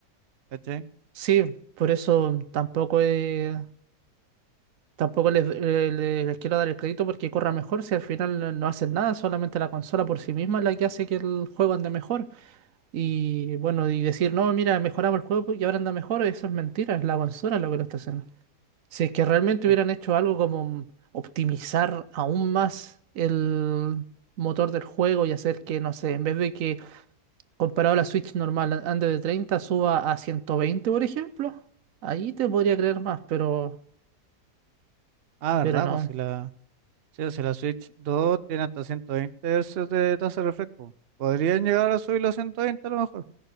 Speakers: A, on the right; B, on the right.
A: ¿cachai?
B: Sí, por eso tampoco es. Tampoco les, eh, le- les quiero dar el crédito porque corra mejor si al final no no hacen nada, solamente la consola por sí misma es la que hace que el juego ande mejor. Y bueno, y decir, no, mira, mejoramos el juego y ahora anda mejor, eso es mentira, es la consola lo que lo está haciendo. Si es que realmente
A: Eh,
B: hubieran hecho algo como optimizar aún más el motor del juego y hacer que, no sé, en vez de que comparado a la Switch normal a- ande de 30 suba a 120 por ejemplo, ahí te podría creer más, pero,
A: Ah, ¿verdad?
B: pero no.
A: Pues si la, sí, pues si la Switch 2 tiene hasta 120 Hz de tasa de refresco, podrían llegar a subirlo a 120 a lo mejor.